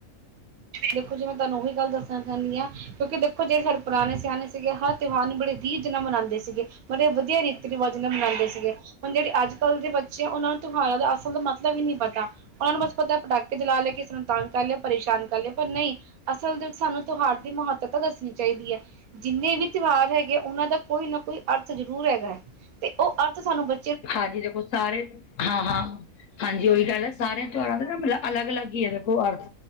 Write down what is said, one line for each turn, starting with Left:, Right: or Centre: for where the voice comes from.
Right: ਦੇਖੋ ਜੀ ਮੈਂ ਤੁਹਾਨੂੰ ਉਹੀ ਗੱਲ ਦੱਸਣਾ ਚਾਹੁੰਦੀ ਹਾਂ। ਕਿਉਂਕਿ ਦੇਖੋ ਜਿਹੜੇ ਸਾਡੇ ਪੁਰਾਣੇ ਸਿਆਣੇ ਸੀਗੇ ਹਰ ਤਿਉਹਾਰ ਨੂੰ ਬੜੇ ਰੀਝਜ ਨਾਲ ਮਨਾਉਂਦੇ ਸੀਗੇ। ਬੜੇ ਵਧੀਆ ਰੀਤੀ ਰਿਵਾਜ ਨਾਲ ਮਨਾਉਂਦੇ ਸੀਗੇ। ਹੁਣ ਜਿਹੜੇ ਅੱਜ ਕੱਲ੍ਹ ਦੇ ਬੱਚੇ ਆ ਉਹਨਾਂ ਨੂੰ ਤਿਉਹਾਰਾਂ ਦਾ ਅਸਲ ਦਾ ਮਤਲਬ ਹੀ ਨਹੀਂ ਪਤਾ। ਉਹਨਾਂ ਨੂੰ ਬਸ ਪਤਾ ਪਟਾਕੇ ਜਲਾ ਲਏ, ਕਿਸੇ ਨੂੰ ਤੰਗ ਕਰ ਲਿਆ ਪਰੇਸ਼ਾਨ ਕਰ ਲਿਆ। ਪਰ ਨਹੀਂ, ਅਸਲ ਦੇ ਸਾਨੂੰ ਤਿਉਹਾਰ ਦੀ ਮਹੱਤਤਾ ਤਾਂ ਦੱਸਣੀ ਚਾਹੀਦੀ ਹੈ। ਜਿੰਨੇ ਵੀ ਤਿਉਹਾਰ ਹੈਗੇ ਆ ਉਹਨਾਂ ਦਾ ਕੋਈ ਨਾ ਕੋਈ ਅਰਥ ਜ਼ਰੂਰ ਹੈਗਾ ਹੈ, ਤੇ ਉਹ ਅਰਥ ਸਾਨੂੰ ਬ
Left: ਹਾਂਜੀ ਦੇਖੋ ਸਾਰੇ ਹਾਂ, ਹਾਂ। ਹਾਂਜੀ ਉਹੀ ਗੱਲ ਹੈ, ਸਾਰਿਆਂ ਤਿਉਹਾਰਾਂ ਦੇ ਨਾ ਮਤਲਬ ਅਲੱਗ ਅਲੱਗ ਹੀ ਹੈ ਦੇਖੋ ਅਰਥ,